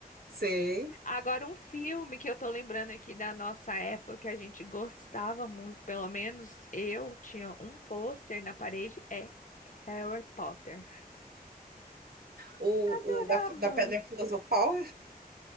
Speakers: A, on the right; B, on the left.
A: sei.
B: Agora, um filme que eu tô lembrando aqui da nossa época que a gente gostava muito, pelo menos eu tinha um pôster na parede, é Harry Potter.
A: O,
B: Adorava.
A: o da, da Pedra Filosofal?